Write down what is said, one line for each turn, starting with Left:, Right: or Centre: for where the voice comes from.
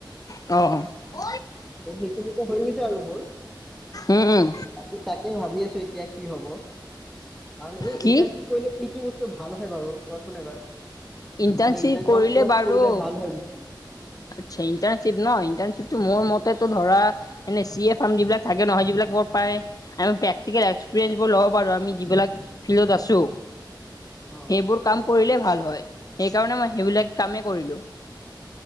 Left: অ' - অ'।
Centre: অ' সেইখিনিতো হৈ গৈছে আৰু মোৰ।
Left: উম উম
Centre: আকৌ তাকে ভাবি আছোঁ এতিয়া কি হ'ব। কাৰণ এই
Left: কি
Centre: ইণ্টাৰ্নশ্বিপ কৰিলে কি - কি বস্তু ভাল হয় বাৰু? কোৱাচোন এবাৰ।
Left: ইণ্টাৰ্ণশ্বিপ
Centre: মানে ইটাৰ <unintelligible>
Left: কৰিলে
Centre: ক'ত
Left: বাৰু
Centre: কৰিলে ভাল হয় বেছি
Left: আচ্ছা, ইণ্টাৰ্নশ্বিপ ন'? ইণ্টাৰ্নশ্বিপটো মোৰ মতেতো ধৰা এনে চি এ ফাৰ্ম যিবিলাকে নহয়, যিবিলাক বৰ পায়। আমি প্ৰেক্টিকেল এক্সপিৰিয়েঞ্চবোৰ ল'ব পাৰোঁ, আমি যিবিলাক ফিল্ডত আছোঁ। সেইবোৰ
Centre: অ
Left: কাম কৰিলে ভাল হয়। সেইকাৰণে মই সেইবিলাক কামে কৰিলোঁ।